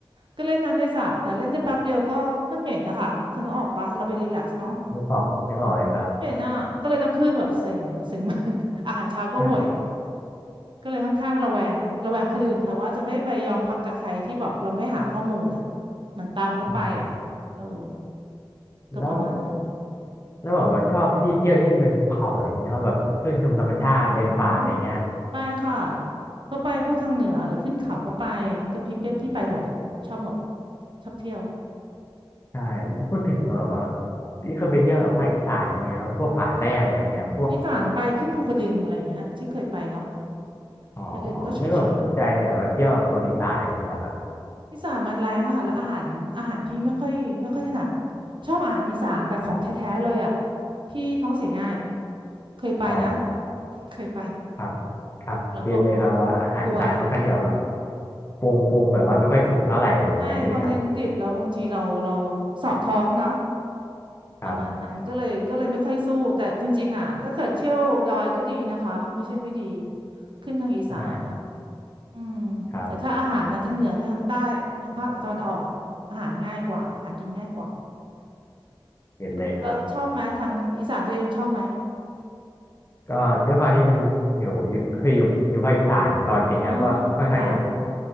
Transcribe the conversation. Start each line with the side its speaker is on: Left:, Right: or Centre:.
Right: ก็เล่นน้ำในสระแต่เล่นได้แป๊บเดียวก็มันเหม็นอะค่ะคุณนึกออกปะเราไปรีแลกซ์เนาะ
Left: ไม่ออกไม่ออกเลยครับ
Right: เหม็นอะก็เลยต้องขึ้นแบบเซ็งเซ็งมาก <laughs> อาหารเช้าก็ห่วย
Left: ใช่
Right: ก็เลยค่อนข้างระแวงระแวงคนอื่นค่ะว่าจะไม่ไปยอมพักกับใครที่แบบเราไม่หาข้อมูลอะมันตามเขาไปอะเออ
Left: ใช่
Right: ก็ประมาณนั้น
Left: แล้วแล้วแบบว่าชอบที่เที่ยวที่มันเป็นภูเขาอะไรอย่างเงี้ยชอบแบบขึ้นชมธรรมชาติเดินป่าอะไรเงี้ย
Right: อืมไปค่ะก็ไปพวกทางเหนือหรือขึ้นเขาก็ไปก็พี่เป๊ะพี่ไปหมดอ่ะชอบหมดชอบเที่ยว
Left: ใช่พูดถึงแบบว่าพี่เคยไปเที่ยวแบบภาคอีสานอย่างเงี้ยครับพวกผาแต้มอะไรแบบเนี้ยพวก
Right: อีสานไปขึ้นภูกระดึงอะไรอย่างเงี้ยที่เคยไปเนาะ
Left: อ๋อ
Right: อย่างอื่นก็เฉยเฉย
Left: ไม่แบบสนใจแบบว่าเที่ยวแบบโซนอีสานอะไรอย่างนี้เหรอครับ
Right: อีสานมันแรงอะค่ะแล้วอาหารอาหารพี่ไม่ค่อยไม่ค่อยถนัดชอบอาหารอีสานแต่ของแท้ๆเลยอ่ะพี่ท้องเสียง่ายเคยไปนะ
Left: อ๋อ
Right: <laughs> เคยไป
Left: ครับครับเร็นเลยครับว่าอาหารอีสานค่อนข้างที่แบบว่า
Right: แล้วแบบกลัว
Left: ปรุงปรุงแบบว่าไม่ค่อยสุกเท่าไหร่อะไรอย่างเงี้ยใช่ไหมครับ
Right: ใช่เขาเน้นดิบแล้วบางทีเราเราเสาะท้องเนาะ
Left: ครับ
Right: ประมาณนั้นก็เลยก็เลยไม่ค่อยสู้แต่จริงๆอ่ะถ้าเกิดเที่ยวดอยก็ดีนะคะไม่ใช่ไม่ดีขึ้นทางอีสานอ่ะ
Left: ใช่
Right: อืม
Left: ครับ
Right: แต่ถ้าอาหารนะทางเหนือกับทางใต้ทางภาคตะวันออกอ่ะอาหารง่ายกว่าหากินง่ายกว่า
Left: เด็ดเลยครับ
Right: แล้วแล้วชอบไหมทางอีสานตัวเองชอบไหม
Left: ก็ด้วยความที่เป็นอยู่อยู่เคยอยู่อยู่ภาคอีสานตอนเด็กครับก็ค่อนข้างที่จะ
Right: อ๋อค่ะ